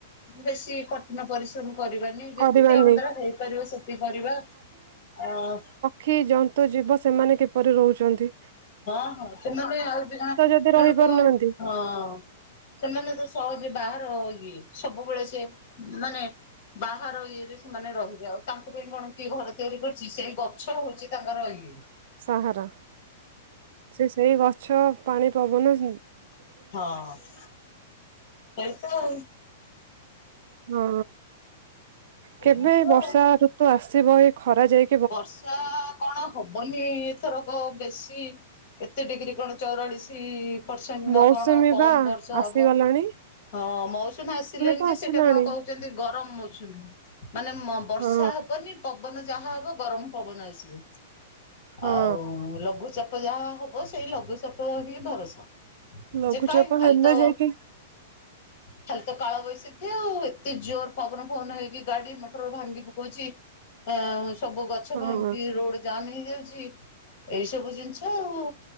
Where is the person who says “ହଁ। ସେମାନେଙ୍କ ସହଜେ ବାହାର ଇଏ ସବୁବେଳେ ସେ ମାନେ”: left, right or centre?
Left